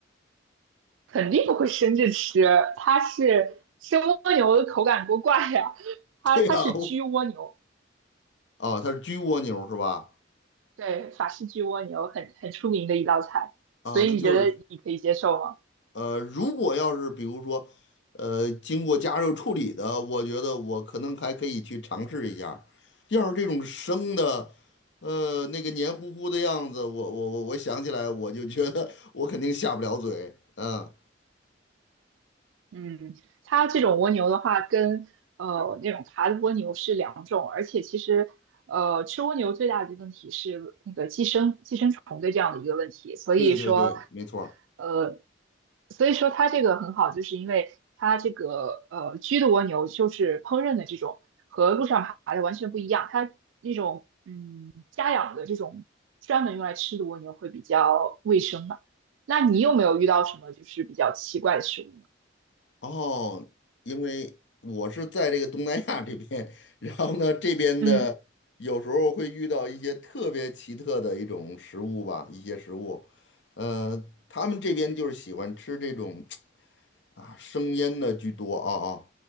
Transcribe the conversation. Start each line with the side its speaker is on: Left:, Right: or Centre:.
Right: 肯定不会生着吃，它是生蜗牛的口感多怪呀、
Left: <laughs>
Right: 它它是焗蜗牛，
Left: 对呀、啊，啊它是焗蜗牛是吧？
Right: 对，法式焗蜗牛很很出名的一道菜，
Left: 啊，
Right: 所以你觉得你可以接受吗？
Left: 那就是呃，如果要是比如说，呃，经过加热处理的，我觉得我可能还可以去尝试一下。要是这种生的，呃，那个黏糊糊的样子，我我我我想起来，我就觉得 <laughs> 我肯定下不了嘴。嗯，
Right: 嗯，它这种蜗牛的话，跟呃那种爬的蜗牛是两种，而且其实呃吃蜗牛最大的问题是那个寄生寄生虫的这样的一个问题，所以说
Left: 对对对，没错
Right: 呃所以说它这个很好，就是因为它这个呃居的蜗牛就是烹饪的这种和路上爬的完全不一样，它那种嗯家养的这种专门用来吃的蜗牛会比较卫生吧？那你有没有遇到什么就是比较奇怪的食物呢？
Left: 哦，因为我是在这个东南亚这边，<laughs> 然后呢，这边嗯的有时候会遇到一些特别奇特的一种食物吧，
Right: 嗯
Left: 一些食物，呃，他们这边就是喜欢吃这种 <tsk> 啊生腌的居多啊啊，